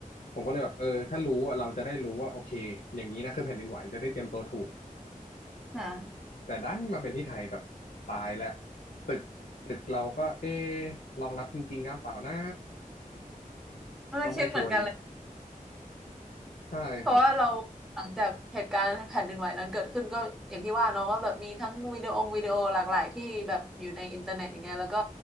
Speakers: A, on the left; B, in the centre.
A: ผมก็เลยแบบเออถ้ารู้อะเราจะได้รู้ว่าโอเคอย่างนี้นะคือแผ่นดินไหวจะได้เตรียมตัวถูก
B: ค่ะ
A: แต่ดันมาเป็นที่ไทยแบบตายแล้วตึกตึกเราก็เอ๊ะรองรับจริงๆนะเปล่านะ
B: เออคิดเหมือนกันเลย
A: ก็ไม่ชัวร์อีกใช่ครับ
B: เพราะว่าเราหลังจากเหตุการณ์แผ่นดินไหวนั้นเกิดขึ้นก็อย่างที่ว่าเนาะว่าแบบมีทั้งวิดีโอวิดีโอหลากหลายที่แบบอยู่ในอินเทอร์เน็ตอย่างเงี้ยแล้วก็